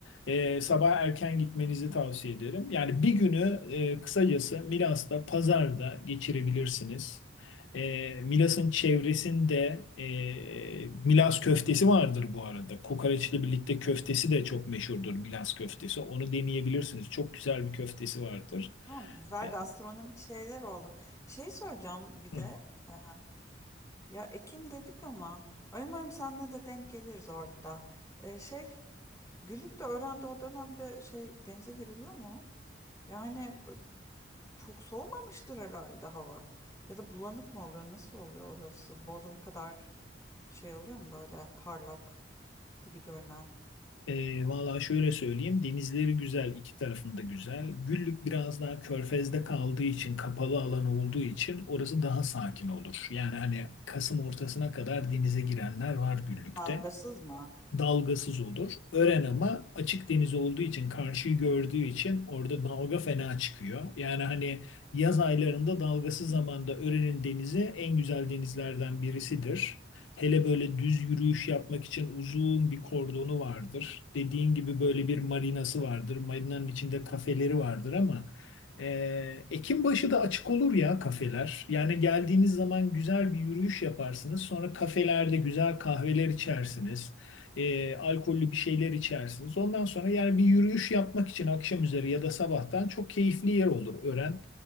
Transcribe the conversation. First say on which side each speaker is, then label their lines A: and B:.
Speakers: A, on the left; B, on the left.
A: E, sabah erken gitmenizi tavsiye ederim. Yani bir günü e, kısacası Milas'ta pazarda geçirebilirsiniz. E, Milas'ın çevresinde e, Milas köftesi vardır bu arada. Kokoreçle birlikte köftesi de çok meşhurdur Milas köftesi. Onu deneyebilirsiniz. Çok güzel bir köftesi vardır.
B: Tamam, güzel
A: E,
B: gastronomik şeyler oldu. Şey soracağım bir
A: hı.
B: de. e, Ya Ekim dedik ama ay umarım senle de denk geliriz orada. E, şey Güllük de öğrendi o dönemde şey denize giriliyor mu? o? Yani b- çok soğumamıştır herhalde hava. Ya da bulanık mı oluyor? Nasıl oluyor orası? Bodrum kadar şey oluyor mu böyle parlak gibi görünen?
A: E, vallahi şöyle söyleyeyim. Denizleri güzel, iki tarafında güzel. Güllük biraz daha körfezde kaldığı için, kapalı alan olduğu için orası daha sakin olur. Yani hani Kasım ortasına kadar denize girenler var Güllük'te.
B: Dalgasız mı?
A: dalgasız olur. Ören ama açık deniz olduğu için karşıyı gördüğü için orada dalga fena çıkıyor. Yani hani yaz aylarında dalgasız zamanda Ören'in denizi en güzel denizlerden birisidir. Hele böyle düz yürüyüş yapmak için uzun bir kordonu vardır. Dediğin gibi böyle bir marinası vardır. Marinanın içinde kafeleri vardır ama e, Ekim başı da açık olur ya kafeler. Yani geldiğiniz zaman güzel bir yürüyüş yaparsınız. Sonra kafelerde güzel kahveler içersiniz e, alkollü bir şeyler içersiniz. Ondan sonra yani bir yürüyüş yapmak için akşam üzeri ya da sabahtan çok keyifli yer olur Ören.